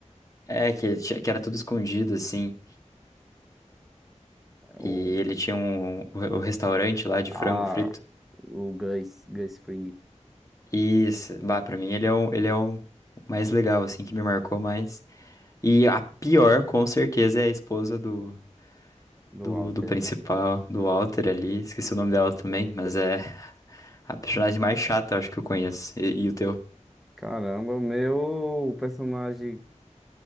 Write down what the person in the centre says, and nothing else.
Ou
a
o Gus, Gus Fring
do
Walter?
Caramba, o meu personagem.